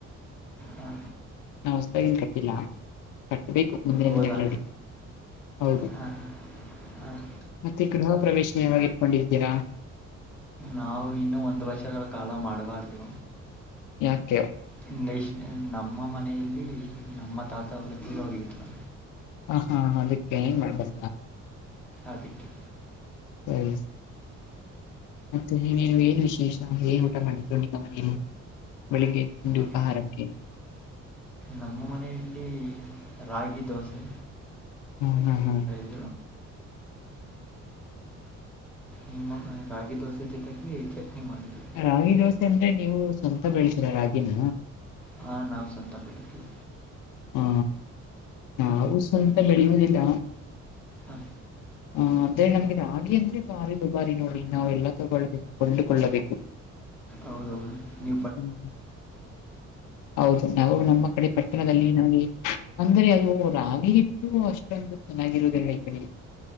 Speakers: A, on the left; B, in the centre.
A: <inaudible>
B: ಹಾಂ
A: ನವ್ ಹೊಸತಾಗಿನ್ ಕಟ್ಟಿಲ್ಲ ಕಟ್ಟಬೇಕು ಮುಂದಿನ
B: ಹೌದಾ
A: ದಿನಗಳಲ್ಲಿ ಹೌದು
B: ಹಾಂ ಹಾಂ
A: ಮತ್ತೆ ಗೃಹ ಪ್ರವೇಶನ ಯಾವಾಗ ಇತ್ಕೊಂಡಿರ್ತೀರಾ?
B: ನಾವು ಇನ್ನು ಒಂದು ವರ್ಷಗಳ ಕಾಲ ಮಾಡಬಾರ್ದು.
A: ಯಾಕ್ಯೋ
B: <unintelligible> ನಮ್ಮ ಮನೆಯಲ್ಲಿ ನಮ್ಮ ತಾತ ಅವರು ತೀರ್ ಹೋಗಿದ್ರು
A: ಹ ಹಾ ಅದಕ್ಕೆ ಮಾಡಲ್ವಾ
B: ಅಧಕ್ಕೆ
A: <unintelligible> ಮತ್ತೆ ನೀವು ಏನ್ ವಿಶೇಷ ಏನ್ ಊಟ ಮಾಡಿದ್ರು ನಿಮ್ಮ ಮನೆಯಲ್ಲಿ ಬೆಳಿಗ್ಗೆ ತಿಂಡಿ
B: ನಮ್ಮ
A: ಉಪಹಾರಕ್ಕೆ
B: ನಮ್ಮ ಮನೆಯಲ್ಲಿ ರಾಗಿ ದೋಸೆ
A: ಹ್ಮ್ ಹ್ಮ್ ಹ್ಮ್
B: ಹ ನಿಮ್ಮ ರಾಗಿ ದೋಸೆ ಜೊತೆಗೆ ಚಟ್ನಿ ಮಾಡರು
A: ರಾಗಿ ದೋಸೆ ಅಂದ್ರೆ ನೀವು ಸ್ವಂತ ಬೆಳೆಸರ ರಾಗಿನ
B: ಹಾ ನಾವು ಸಂತಾಪೇಟ್ಟಿದ್ದೀವಿ
A: ಹಾ ನಾವು ಸ್ವಂತ ಬೆಳೆಯುದಿಲ್ಲ
B: ಹ
A: ಹ ಆದದ್ರೆ ನಮ್ಗೆ ರಾಗಿ ಅಂದ್ರೆ ಬಾರಿ ದುಬಾರಿ ನೋಡಿ ನಾವ ಎಲ್ಲಾ ತಗೊಳ್ಬೇಕು ಕೊಂಡುಕೊಳ್ಳಬೇಕು
B: ಹೌದೌದು ನೀ
A: ಹ್ಮ್ ಹೌದು ನಾವು ನಮ್ಮ ಕಡೆ ಪಟ್ಟಣದಲ್ಲಿ
B: ಹಾಂ
A: ನಗೆ ಅಂದ್ರೆ ಅದು ರಾಗಿ ಹಿಟ್ಟು ಅಷ್ಟೊಂದು ಚೆನ್ನಾಗಿರುವುದಲ್ಲ ಈ ಕಡೆ